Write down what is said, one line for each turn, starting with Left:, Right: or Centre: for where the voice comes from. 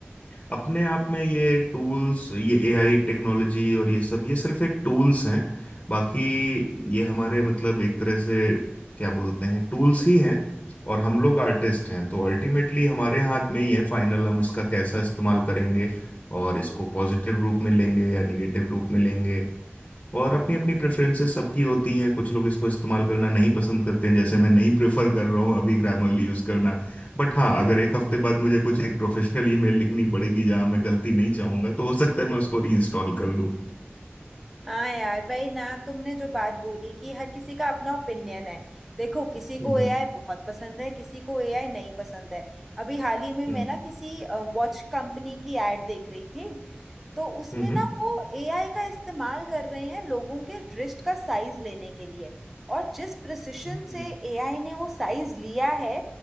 Left: अपने आप में ये टूल्स ये एआई टेक्नोलॉजी और ये सब ये सिर्फ एक टूल्स हैं बाकी ये हमारे मतलब एक तरह से क्या बोलते हैं टूल्स ही हैं और हम लोग आर्टिस्ट हैं तो अल्टीमेटली हमारे हाथ में ही है फाइनल हम इसका कैसा इस्तेमाल करेंगे और इसको पॉजिटिव रूप में लेंगे या निगेटिव रूप में लेंगे और अपनी अपनी प्रेफरेंसेस सबकी होती हैं कुछ लोग इसको इस्तेमाल करना नहीं पसंद करते हैं जैसे मैं नहीं प्रेफर कर रहा हूँ अभी ग्रामरली यूज़ करना बट हाँ अगर एक हफ्ते बाद मुझे कुछ एक प्रोफेशनल ईमेल लिखनी पड़ेगी जहाँ मैं गलती नहीं चाहूंगा तो हो सकता है मैं उसको रीइंस्टॉल कर लूँ
Centre: हाँ यार वही ना तुमने जो बात बोली कि हर किसी का अपना ओपिनियन है देखो किसी को
Left: हम्म
Centre: एआई बहुत पसंद है किसी को एआई नहीं पसंद है अभी हाल ही में मैं
Left: हम्म
Centre: ना किसी वॉच कंपनी की एड देख रही थी तो उसमें
Left: हम्म
Centre: ना
Left: हम्म
Centre: वो एआई का इस्तेमाल कर रहे हैं लोगों के रिस्ट का साइज लेने के लिए और जिस प्रिसिशन
Left: हम्म,
Centre: से एआई ने वो साइज लिया है